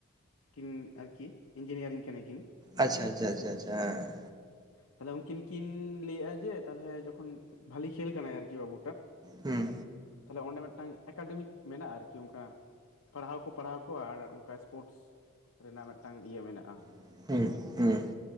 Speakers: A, on the left (about 75°); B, on the right (about 20°).
A: ᱠᱤᱱ ᱟᱨᱠᱤ ᱤᱧᱡᱤᱱᱤᱭᱟᱨᱤᱝ ᱠᱟᱱᱟ ᱠᱤᱱ
B: ᱟᱪᱪᱷᱟ ᱟᱪᱪᱷᱟ ᱟᱪᱪᱷᱟ ᱟᱪᱪᱷᱟ ᱦᱮᱸ
A: ᱛᱟᱦᱞᱮ ᱩᱱᱠᱤᱱ ᱠᱤᱱ ᱞᱟᱹᱭᱮᱫ-ᱟ ᱡᱮ ᱛᱟᱦᱞᱮ ᱡᱚᱠᱷᱚᱱ ᱵᱷᱟᱞᱤ ᱠᱷᱮᱞ ᱠᱟᱱᱟᱭ ᱟᱨᱠᱤ ᱵᱟᱹᱵᱩ ᱴᱟᱜ
B: ᱦᱩᱸ
A: ᱛᱟᱦᱚᱞᱮ ᱚᱸᱰᱮ ᱢᱤᱫᱴᱟᱝ ᱮᱠᱟᱰᱮᱢᱤᱠ ᱢᱮᱱᱟᱜ-ᱟ ᱟᱨᱠᱤ ᱚᱱᱠᱟ ᱯᱟᱲᱦᱟᱣ ᱦᱚᱸᱠᱚ ᱯᱟᱲᱦᱟᱣ ᱠᱚᱣᱟ ᱟᱨ ᱚᱱᱠᱟ ᱥᱯᱳᱨᱴᱥ ᱨᱮᱱᱟᱜ ᱢᱤᱫᱴᱟᱝ ᱤᱭᱟᱹ ᱢᱮᱱᱟᱜ-ᱟ
B: <unintelligible>